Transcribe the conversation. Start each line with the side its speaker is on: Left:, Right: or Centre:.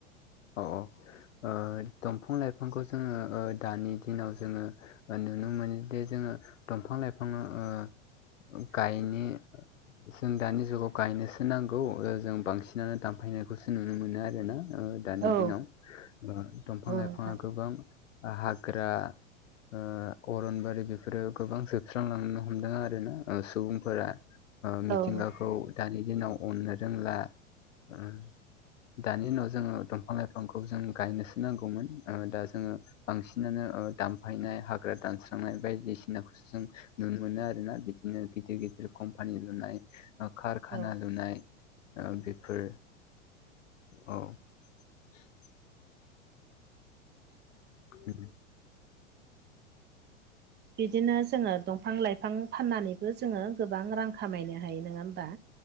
Left: औ औ ओ दंफां-लाइफांखौ जोङो ओ दानि दिनाव जोङो नुनो मोनोदि जोङो दंफां-लाइफां ओ गायनो जों दानि जुगाव गायनोसो नांगौ ओ जों बांसिनानो दानफायनायखौसो नुनो मोनो आरोना। दानि
Right: औ
Left: दिनाव दंफां-लाइफाङा
Right: औ नोंथां
Left: गोबां हाग्रा ओ अरनबारि बेफोरो गोबां जोबस्रांलांनो हमदों आरो ना। सुबुंफोरा मिथिंगाखौ
Right: औ नोंथां
Left: दानि दिनाव अननो रोंला। ओ दानि दिनाव जोङो दंफां-लाइफांखौ जों गायनोसो नांगौमोन ओ दा जोङो बांसिनानो दानफायनाय हाग्रा दानस्रांनाय बायदिसिनाखौ जों नुनो मोनो आरोना। बिदिनो गिदिर-गिदिर कम्पानि लुनाय ओ कारखाना
Right: औ
Left: लुनाय बेफोर औ। <unintelligible> <inaudible> <unintelligible> <unintelligible>
Right: बिदिनो जोङो दंफां-लाइफां फाननानैबो जोङो गोबां रां खामायनो हायो। नङा होमबा?